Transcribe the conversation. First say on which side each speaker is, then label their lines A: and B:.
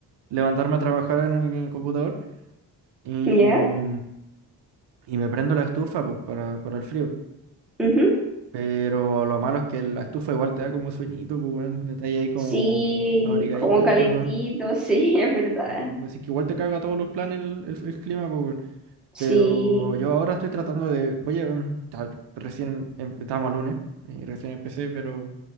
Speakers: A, on the right; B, in the centre.
A: levantarme a trabajar en el, en el computador y,
B: ¿Ya?
A: y me prendo la estufa pues, para, para el frío.
B: Ujú.
A: Pero lo malo es que la estufa igual te da como sueñito, pues bueno, te estás ahí como
B: Sí,
A: abrigadito.
B: como calentito, <laughs> sí, es verdad.
A: Y pues es que igual te caga todos los planes el, el- el clima, pues
B: Sí.
A: Pero yo ahora estoy tratando de, voy a, mm, ya, recién em- estábamos el lunes y recién empecé, pero